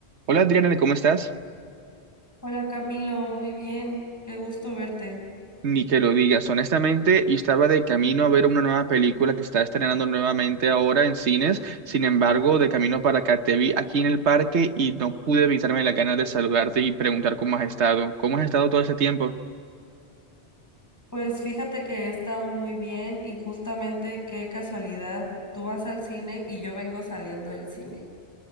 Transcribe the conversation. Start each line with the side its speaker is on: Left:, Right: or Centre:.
Right: Hola Adriana, ¿cómo estás?
Left: Hola Camilo, muy bien, qué gusto verte.
Right: Ni que lo digas, honestamente, yo estaba de camino a ver una nueva película que está estrenando nuevamente ahora en cines, sin embargo, de camino para acá te vi aquí en el parque y no pude evitarme las ganas de saludarte y preguntar cómo has estado, cómo has estado todo ese tiempo.
Left: Pues fíjate que he estado muy bien y justamente qué casualidad, tú vas al cine y yo vengo saliendo del cine.